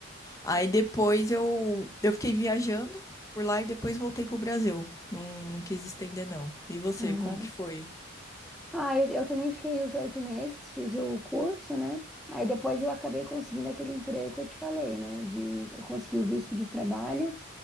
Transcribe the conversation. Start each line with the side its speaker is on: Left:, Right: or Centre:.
Left: Aí depois eu, eu fiquei viajando por lá e depois voltei pro Brasil. Não, não quis estender, não. E você,
Centre: aham.
Left: como que foi?
Centre: Ah, eu, eu também fiquei os oito meses, fiz o curso, né? Aí depois eu acabei conseguindo aquele emprego que eu te falei, né? De, eu consegui o visto de trabalho